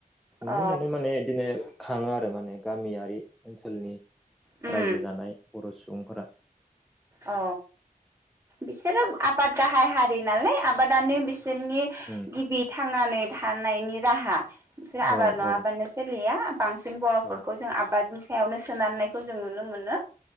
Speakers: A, in the centre; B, on the right.
A: नुनो
B: औ
A: मोननाय माने बिदिनो खाङो आरो माने गामियारि ओनसोलनि
B: उम
A: रायजो जानाय बर' सुबुंफोरा
B: अ बिसोरो आबाद गाहाय हारि नालाय आबादानो बिस बिसोरनि
A: उम
B: गिबि थांनानै थानायनि राहा बिसोर आबाद
A: औ
B: नङाबानो
A: औ
B: सोलिया बांसिन बर'फोरखौ
A: औ
B: जों आबाद सायावनो सोनारनायखौ जों नुनो मोनो।